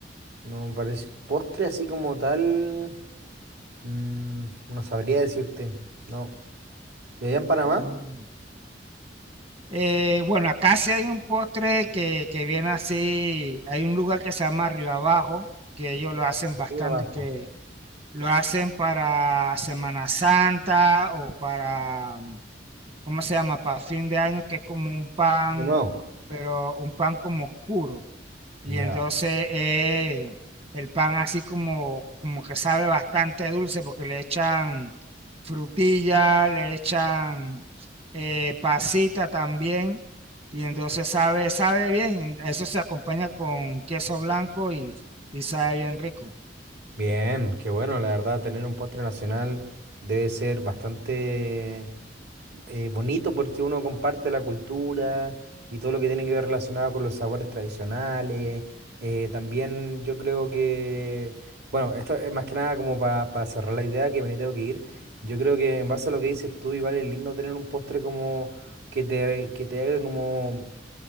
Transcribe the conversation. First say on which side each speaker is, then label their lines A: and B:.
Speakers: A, on the right; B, on the right.
A: No me parece. Postre así como tal, mm, no sabría decirte. No. ¿De allá en Panamá?
B: Mm. Eh, bueno, acá sí hay un postre que, que viene así. Hay un lugar que se llama Río Abajo, que ellos lo hacen bastante,
A: Y de abajo.
B: que lo hacen para Semana Santa o para, mm, ¿cómo se llama? Para fin de año, que es como un pan,
A: De nuevo.
B: pero un pan como oscuro. Y
A: Ya.
B: entonces eh, el pan así como, como que sabe bastante dulce porque le echan frutilla, le echan eh, pasita también. Y entonces sabe, sabe bien. Eso se acompaña con queso blanco y, y sabe bien rico.
A: Bien, qué bueno, la verdad, tener un postre nacional debe ser bastante eh, bonito porque uno comparte la cultura y todo lo que tiene que ver relacionado con los sabores tradicionales. Eh, también yo creo que, bueno, esto es más que nada como para cerrar la idea que me tengo que ir. Yo creo que en base a lo que dices tú, igual es lindo tener un postre como que te, que te haga como